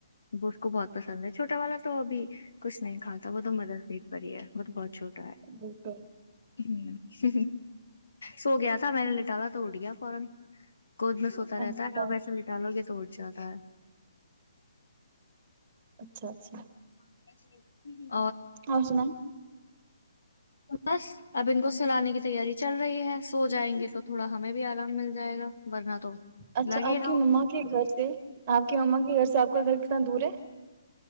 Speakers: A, on the left; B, on the right.
A: وہ اس کو بہت پسند ہے چھوٹا والا تو ابھی کچھ نہیں کھاتا وہ تو مدر پیٹ پر ہی ہے بہ بت چھوٹ
B: جی تو
A: ہ سو گیا تھا میں نے لٹالا تو اٹ گیا فورن گود میں سوتا رہتا
B: اچھا
A: ہے اور ویسے لٹالو گے تو توڑ جا ہے
B: اچھا اچھا
A: اچ ج ج <inaudible>
B: ہاں سنا
A: بس اب ان کو سلانے کی تیاری چل رہی ہے سو جائیں گے تو تھوڑا ہمیں بھی آرام مل جائے گا ورنہ تو
B: اچھا
A: لگے
B: آپ
A: رہو
B: کی مما کے گھر سے آپ کی مما کے گھر سے آپ کا گھر کتنا دور ہے